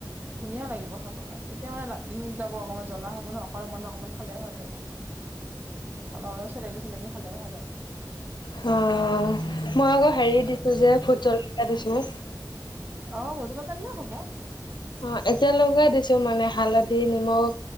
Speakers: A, on the right; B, on the left.
A: ধুনীয়া লাগিব খাবলৈ তেতিয়া মানে দিন যাব অকণমান জ্বলা হ'ব ন অকণমান মানুহ অকণমান খালে হৈ যাব। অলপ, অলপ চেলেকি, চেলেকি খালেই হৈ যাব।
B: হম, মই আকৌ হেৰি দিছোঁ
A: উম
B: যে ভোট জলকীয়া দিছোঁ।
A: অ', ভোট জলকীয়া দিলেও হ'ব।
B: অ', একেলগে দিছোঁ মানে হালধি, নিমখ